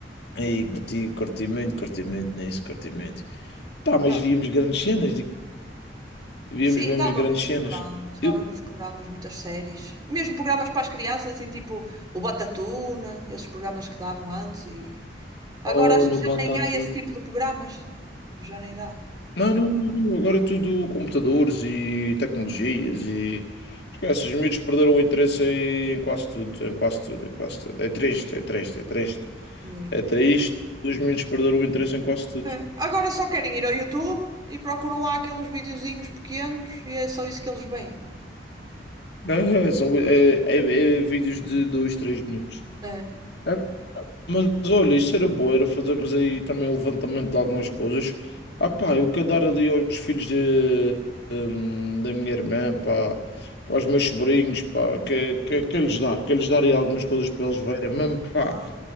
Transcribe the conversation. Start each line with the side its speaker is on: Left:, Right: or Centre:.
Left: Aí, curti, curti muito, curti muito nisso, curti muito. Pá, mas
Right: Dava.
Left: víamos grandes cenas, digo, víamos
Right: Sim,
Left: mesmo
Right: dava
Left: grandes
Right: muitos
Left: cenas.
Right: programas, dava
Left: Eu,
Right: muitos programas, muitas séries. Mesmo programas para as crianças, assim, tipo o Batatuna, esses programas que davam antes e... Agora
Left: olha,
Right: acho que
Left: o
Right: já
Left: Batata,
Right: nem há esse tipo de programas. Já nem dá
Left: Não, não, não, não, agora é tudo computadores e tecnologias e esquece, os miúdos perderam o interesse em quase tudo, em quase tudo, em quase tudo. É triste, é triste, é triste.
Right: mesmo.
Left: É triste, os miúdos perderam o interesse em quase tudo.
Right: É.
Left: <laughs>
Right: Agora só querem ir ao YouTube e procuram lá aqueles videozinhos pequenos e é só isso que eles veem.
Left: É, é, só- é, é- é vídeos de dois três minutos.
Right: É.
Left: É Mas olha, isto era bom, era fazermos aí também o levantamento de algumas coisas. Ah pá, eu quero dar ali aos filhos de, hum, da minha irmã, pá, para os meus sobrinhos, pá, que, que, que lhes
Right: Sim.
Left: dar, que lhes dar aí algumas coisas para eles verem, mesmo, pá,
Right: Ah.